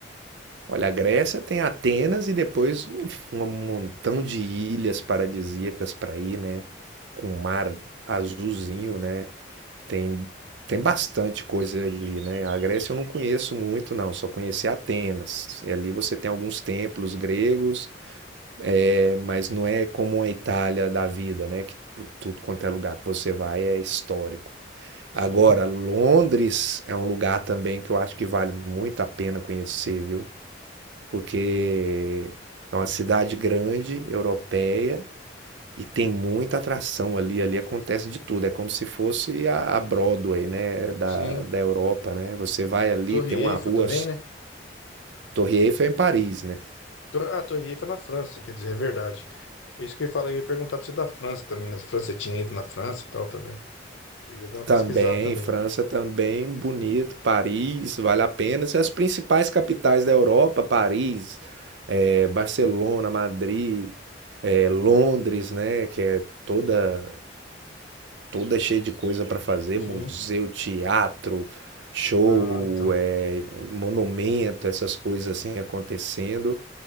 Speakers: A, on the right (about 70°); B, on the left (about 85°).
A: Olha, a Grécia tem Atenas e depois enfim, um montão de ilhas paradisíacas para ir, né? Com um mar azulzinho, né? Tem, tem bastante coisa ali, né? A Grécia eu não conheço muito, não. Só conheci Atenas. E ali você tem alguns templos gregos É, mas não é como a Itália da vida, né? Que tudo quanto é lugar que você vai é histórico. Agora,
B: Sim,
A: Londres é um lugar também que eu acho que vale muito a pena conhecer, viu? Porque é uma cidade grande, europeia, e tem muita atração ali. Ali acontece de tudo. É como se fosse a a Broadway, né? Da,
B: sim.
A: da Europa, né? Você vai ali,
B: Torre
A: tem uma
B: Eiffel
A: rua.
B: também, né?
A: Torre Eiffel é em Paris, né?
B: Tor- Ah, Torre Eiffel é na França, quer dizer, é verdade. É Isso que eu ia falar, eu ia perguntar pra você da França também, na França, você tinha ido na França e tal também, que eu ia dar uma
A: Também,
B: pesquisada também.
A: França também, bonito, Paris, vale a pena. E As principais capitais da Europa, Paris, eh, Barcelona, Madrid, eh, Londres, né, que é toda toda cheia de coisa para fazer,
B: Sim.
A: museu, teatro, show,
B: Não, então.
A: eh, monumento, essas coisas assim acontecendo